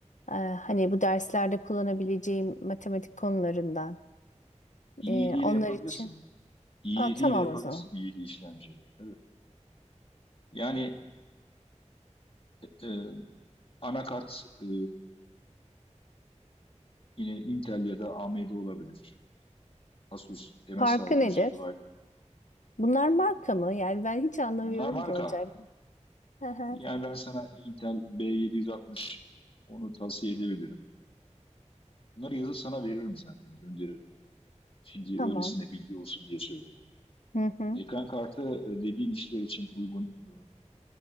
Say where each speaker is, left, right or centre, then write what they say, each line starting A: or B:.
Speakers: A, on the left; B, on the left.
A: Ee, hani bu derslerde kullanabileceğim matematik konularından.
B: i7
A: Ee,
B: ile
A: onlar
B: yapabilirsin.
A: için.
B: i7
A: Aa, tamam
B: ile yapabilirsin
A: o zaman.
B: i7 işlemciyle. Evet. Yani e, e, anakart e, yine Intel ya da AMD olabilir. Asus, MSI,
A: Farkı
B: 100
A: nedir?
B: GB.
A: Bunlar marka mı? Yani ben hiç anlamıyorum
B: Bunlar marka.
A: da olacak. Hı hı,
B: Yani ben sana Intel B760 onu tavsiye edebilirim. Bunları yazıp sana veririm zaten, gönderirim. Şimdi
A: Tamam.
B: öylesine bilgi olsun diye söylüyorum.
A: Hı hı.
B: Ekran kartı e, dediğin işler için uygun e,